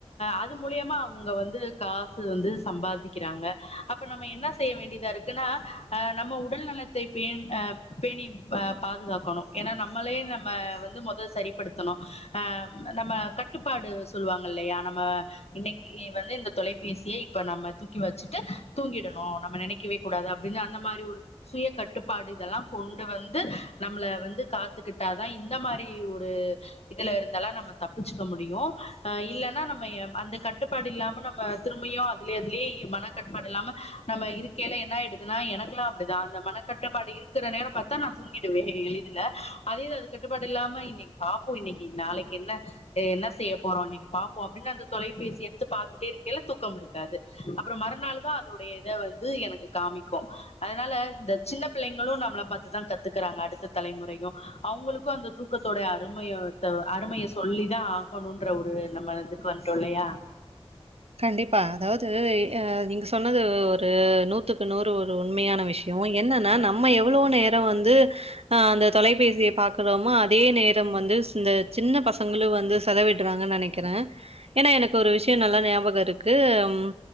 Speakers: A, on the left; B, on the right.
A: அது மூலியமா அவங் ங்க வந்து காசு வந்து சம்பாதிக்கிறாங்க அப்ப நம்ம என்ன செய்ய வேண்டியதா இருக்குன்னா ஆ நம்ம உடல் நலத்தை பே ஆ பேணி ப பாதுகாக்கணும் ஏன்னா நம்மளே நம்ம வந்து மொத சரிப்படுத்தணும் ஆ நம்ம கட்டுப்பாடு சொல்லுவாங்க இல்லையா நம்ம இன்னைக் இ வந்து இந்த தொலைபேசியை இப்ப நம்ம தூக்கி வச்சுட்டு தூங்கிடணும் நம்ம நெனைக்கவே கூடாது அப்படின்னு அந்த மாரி ஒரு சுய கட்டுப்பாடு இதெல்லா கொண்டு வந்து நம்மள வந்து காத்துக்கிட்டாதா இந்த மாரி ஒரு இதுல இருந்தலா நம்ம தப்பிச்சுக்க முடியும் ஆ இல்லன்னா நம்ம அந்த கட் கட்டுப்பாடு இல்லாம நம்ம திரும்பியோ அதுலய அதுலயே மன கட்டுப்பாடு இல்லாம நம்ம இருக்கையல என்ன ஆயிடுதுன்னா எனக்குல்லா அப்படித அந்த மனக்கட்டுப்பாடு இருக்கிற நேரோ பாத்தா நா தூங்கிடுவே எளிதுல அதே அது கட்டுப்பாடு இல்லாம இன்னைக்கு பாப்போ இன்னைக்கு நாளைக்கு என்ன என்ன செய்ய போறோ இன்னைக்கு பாப்போ அப்டின்னு அந்த தொலைபேசிய உத்து பாத்துட்டே இருக்கேல்ல தூக்கம் இருக்காது அப்றோ மறுநாள் தா அதோடைய இத வந்து எனக்கு காமிக்கும் அதனால இந்த சின்ன பிள்ளைங்களும் நம்மள பாத்துதா கத்துக்குறாங்க அடுத்த தலைமுறையும் அவங்களுக்கும் அந்த தூக்கத்தோட அருமையத்த அருமைய சொல்லிதா ஆகணும்ன்ற ஒரு நம்ம இதுக்கு வந்துட்டோ இல்லையா
B: கண்டிப்பா அதாவது அ நீங்க சொன்னது ஒரு நூத்துக்கு நூறு ஒரு உண்மையான விஷ கவு என்னன்னா நம்ம எவ்வளோ நேரம் வந்து ஆ அந்த தொலைபேசிய பாக்குறோமா அதே நேரம் வந்து இந்த சின்ன பசங்களு வந்து செலவிட்றாங்க நெனைக்கிற ஏன்னா எனக்கு ஒரு விஷயம் நல்லா ஞா நியாபக இருக்கு ம்